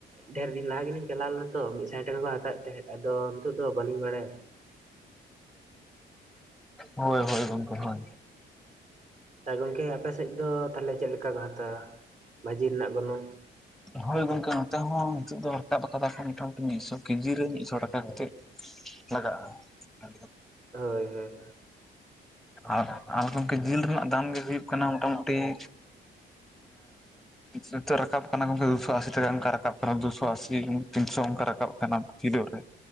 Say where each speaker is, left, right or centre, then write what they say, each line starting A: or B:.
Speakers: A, on the right (about 40°); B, in the centre.
A: ᱰᱷᱹᱨ ᱫᱤᱱ ᱞᱟᱦᱟ ᱜᱮᱞᱤᱧ ᱪᱟᱞᱟᱣ ᱞᱮᱱᱟ ᱛᱚ ᱢᱤᱫ ᱥᱟᱭ ᱴᱟᱠᱟ ᱠᱚ ᱦᱟᱛᱟᱣᱮᱫ ᱛᱟᱦᱮᱸᱫ᱾ ᱟᱫᱚ ᱱᱤᱛᱳᱜ ᱫᱚ ᱵᱟᱞᱤᱧ ᱵᱟᱲᱟᱭᱟ᱾
B: ᱦᱳᱭ ᱦᱳᱭ ᱜᱚᱝᱠᱮ ᱦᱳᱭ
A: ᱛᱟ ᱜᱚᱝᱠᱮ ᱟᱯᱮᱥᱮᱫ ᱫᱚ ᱛᱟᱦᱚᱞᱮ ᱪᱮᱫ ᱞᱮᱠᱟ ᱠᱚ ᱦᱟᱛᱟᱣᱟ ᱵᱷᱟᱹᱡᱤ ᱨᱮᱱᱟᱜ ᱜᱚᱱᱚᱝ?
B: ᱦᱳᱭ ᱜᱚᱝᱠᱮ ᱱᱚᱛᱮ ᱦᱚᱸ ᱱᱤᱛᱚᱜ ᱫᱚ ᱨᱟᱠᱟᱵ ᱠᱟᱫᱟ ᱠᱚ ᱢᱚᱴᱟᱢᱩᱴᱤ ᱢᱤᱫᱥᱚ ᱠᱮᱡᱤ ᱨᱮ ᱢᱤᱫ ᱥᱚ ᱴᱟᱠᱟ ᱠᱟᱛᱮ ᱞᱟᱜᱟᱜ ᱟ᱾
A: ᱦᱳᱭ ᱦᱳᱭ
B: ᱟᱨ ᱟᱨ ᱜᱚᱢᱠᱮ ᱡᱤᱞ ᱨᱮᱱᱟᱜ ᱫᱟᱢ ᱜᱮ ᱦᱩᱭᱩᱜ ᱠᱟᱱᱟ ᱢᱳᱴᱟᱢᱩᱴᱤ ᱦᱮᱸ ᱱᱤᱛᱚᱜ ᱨᱟᱠᱟᱵ ᱠᱟᱱᱟ ᱜᱚᱝᱠᱮ ᱮᱠᱥᱚ ᱟᱥᱤ ᱴᱟᱠᱟ ᱚᱱᱠᱟ ᱨᱟᱠᱟᱵ ᱠᱟᱱᱟ ᱫᱩᱥᱚ ᱟᱥᱤ ᱛᱤᱱᱥᱚ ᱚᱱᱠᱟ ᱨᱟᱠᱟᱵ ᱠᱟᱱᱟ ᱠᱷᱮᱞᱳ ᱨᱮ,